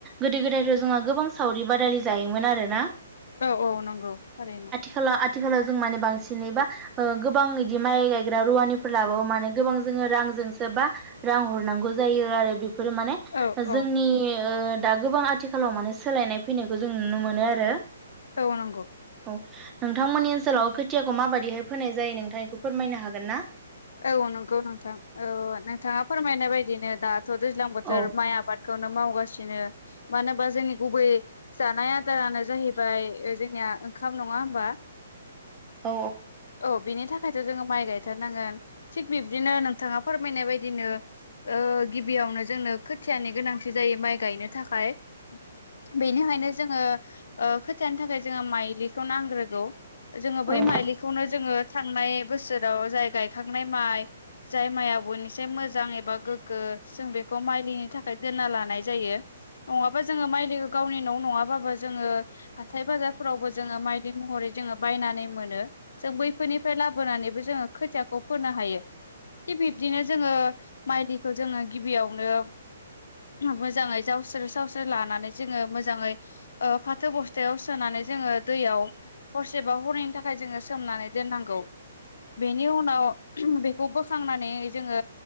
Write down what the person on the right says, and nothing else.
गोदो गोदायथ' जोंहा गोबां सावरि बादालि जायोमोन आरो ना
खालाव आथिखालाव आथिखालाव जों माने बांसिनै बा ओ गोबां बिदि माइ गायग्रा रुवानिफोर लाबावो माने गोबां जोङो रांजोंसो बा रां हरनांगौ जायो आरो बेफोरो माने
जोंनि
ओ दा गोबां आथिखालाव माने सोलायनाय फैनायखौ जों नुनो मोनो आरो
औ नोंथांमोननि ओनसोलाव खोथियाखौ माबादिहाय फोनाय जायो नोंथां बेखौ फोरमायनो हागोन ना ।
औ
औ
औ